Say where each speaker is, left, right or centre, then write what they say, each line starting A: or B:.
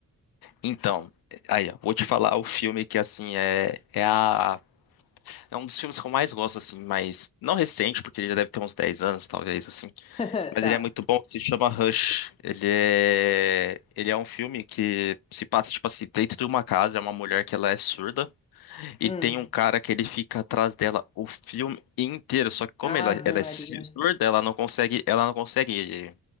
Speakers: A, on the left; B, on the left.
A: Então, aí, ó, vou te falar o filme que assim é é a é um dos filmes que eu mais gosto assim, mas não recente, porque ele já deve ter uns 10 anos, talvez assim.
B: <laughs>
A: Mas
B: Tá.
A: ele é muito bom, que se chama Rush. Ele é... ele é um filme que se passa, tipo assim, dentro de uma casa, é uma mulher que ela é surda, e
B: Hum.
A: tem um cara que ele fica atrás dela o filme inteiro. Só que como
B: Ave
A: ela, ela
B: Maria.
A: é surda, ela não consegue, ela não consegue